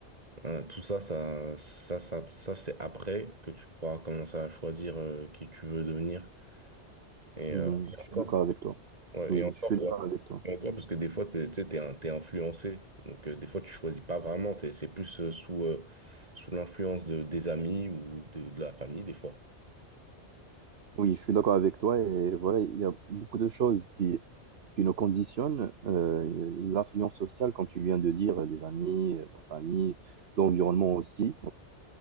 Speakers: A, on the right; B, on the right.
A: hein, tout ça, ça, ça, ça, ça, c'est après que tu pourras commencer à choisir euh, qui tu veux devenir. Et,
B: Mhm.
A: euh, et
B: Je suis
A: encore,
B: d'accord avec toi.
A: ouais,
B: Oui,
A: et encore,
B: je suis d'accord avec toi.
A: D'accord, parce que des fois, t'es, tu sais, t'es, un- t'es influencé. Donc, euh, des fois, tu choisis pas vraiment. T'es- c'est plus euh, sous, euh, sous l'influence de, des amis ou de, de la famille, des fois.
B: Oui, je suis d'accord avec toi et voilà, il y a beaucoup de choses qui, qui nous conditionnent, euh, les influences sociales, comme tu viens de dire, les amis, la famille, l'environnement aussi